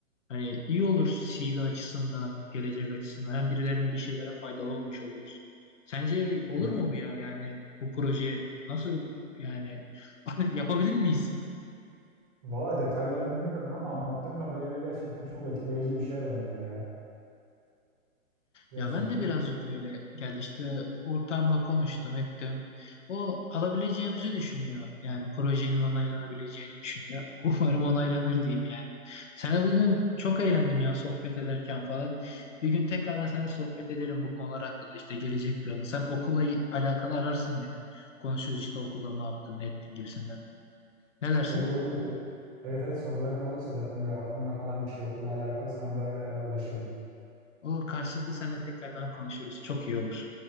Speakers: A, on the left; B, on the right.
A: hani iyi olur CV açısından, gelecek açısından. Hem birilerine bir şeylere faydalı olmuş oluruz. Sence olur
B: Val-
A: mu bu ya? Yani bu proje nasıl yani <laughs> yapabilir miyiz?
B: Valla detaylarını bilmiyorum ama anlattığın kadarıyla gerçekten çok etkileyici bir şeye benziyor ya. Gerçekten.
A: Ya ben de birazcık öyle geldi işte ortamla konuştum ettim. O alabileceğimizi düşünüyor. Yani projenin onaylanabileceğini düşünüyor. <laughs> Umarım onaylanır diyeyim yani. Sana bugün çok eğlendim ya sohbet ederken falan. Bir gün tekrardan seninle sohbet edelim bu konular hakkında işte gelecek planı. Sen okulla alakalı ararsın beni. Konuşuruz işte okulda ne yaptın ne ettin gibisinden. Ne dersin?
B: Olur olur böyle. Evet evet sorularım olursa zaten böyle aklımda kalan bir şey okulla alakalı sana da e, ulaşırım.
A: Olur karşılıklı seninle tekrardan konuşuruz. Çok iyi olur.